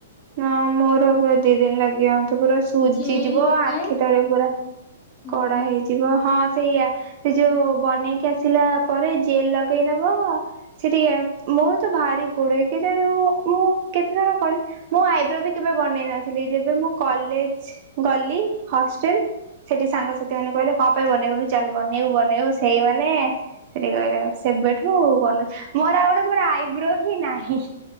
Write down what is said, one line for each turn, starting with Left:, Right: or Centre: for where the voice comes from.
Right: ନାଁ ମୋର ବ ଦି ଦିନ ଲାଗିବ ତୁ ପୁରା ସୁଜିଯିବ
Left: ଜେଲ୍ ଲଗାଏ
Right: ଆଖି ତଳେ ପୁରା
Left: ହୁଁ
Right: କଡା
Left: ହୁଁ।
Right: ହେଇଯିବ ହଁ ସେଇଆ ସେ ଯୋଉ ବନେଇକି ଆସିଲା ପରେ ଜେଲ ଲଗେଇ ନବ ସେଠି ମୋର ତ ଭାରି ପଡେ କେଜାଣି ମୁ ମୁଁ କେତେଥର ମୁଁ ଆଇବ୍ରୋ ବି କେବେ ବନେଇ ନଥିଲି ଯେବେ ମୁଁ କଲେଜ ଗଲି ହଷ୍ଟେଲ ସେଠି ସାଙ୍ଗ ସାଥି ମାନେ କହିଲେ କଣ ପାଇଁ ବନେଇବୁନୁ ଚାଲ ବନେଇବୁ ବନେଇବୁ ସେଇ ମାନେ ସେଠି <inaudible> କହିଲେ ଆଉ ସେବେଠୁ
Left: ହୁଁ
Right: ବନୁଛି ମୋର ଆଉ ଗୋଟେ ମୋର ଆଇବ୍ରୋ ହିଁ ନାହିଁ।